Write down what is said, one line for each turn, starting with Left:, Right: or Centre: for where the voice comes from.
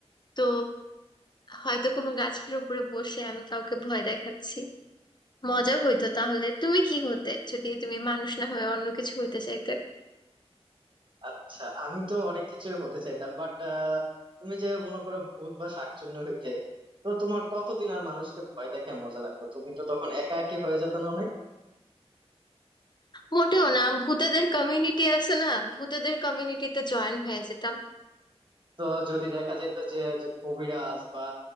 Left: তো হয়তো কোনো গাছের উপরে বসে আমি কাউকে ভয় দেখাচ্ছি মজা হইতো তাহলে তুমি কি হতে যদি তুমি মানুষ না হয়ে অন্য কিছু হইতে চাইতে
Right: আচ্ছা আমি তো অনেক কিছু হতে চাইতাম বাট তুমি যে মনে করো ভূত বা শাকচুন্নি হইতে তো তোমার কতদিন আর মানুষকে ভয় দেখায় মজা লাগতো তুমি তো তখন একা একই হয়ে যেত না অনেক
Left: মোটেও না ভূতেদের কমিউনিটি আছে না ভূতেদের কমিউনিটিতে জয়েন হয়ে যেতাম
Right: তো যদি দেখা যেত যে যে কবিরাজ বা